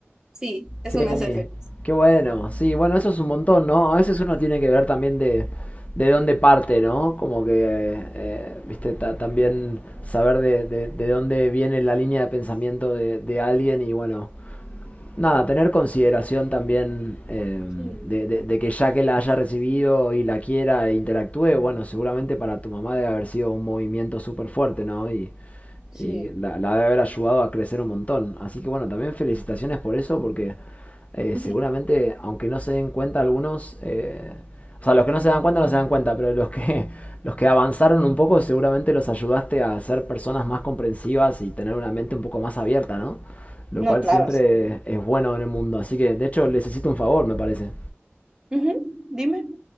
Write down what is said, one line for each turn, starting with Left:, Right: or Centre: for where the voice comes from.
Right: Sí, eso
Left: Sí.
Right: me hace feliz.
Left: Qué bueno. Sí, bueno, eso es un montón, ¿no? A veces uno tiene que ver también de, de dónde parte, ¿no? Como que, eh, viste, ta- también saber de, de- de dónde viene la línea de pensamiento de, de alguien y bueno. nada, tener consideración también eh,
Right: Sí.
Left: de, de- de que ya que la haya recibido y la quiera e interactúe, bueno, seguramente para tu mamá debe haber sido un movimiento súper fuerte, ¿no? Y,
Right: Sí.
Left: y la, la debe haber ayudado a crecer un montón. Así que bueno, también felicitaciones por eso, porque eh,
Right: <laughs>
Left: seguramente, aunque no se den cuenta algunos, eh, o sea, los que no se dan cuenta no se dan cuenta, pero los que, <laughs> los que avanzaron un poco seguramente los ayudaste a ser personas más comprensivas y tener una mente un poco más abierta, ¿no? Lo
Right: No,
Left: cual
Right: claro,
Left: siempre
Right: sí.
Left: es bueno en el mundo. Así que, de hecho, les hiciste un favor, me parece.
Right: Ujú, Dime.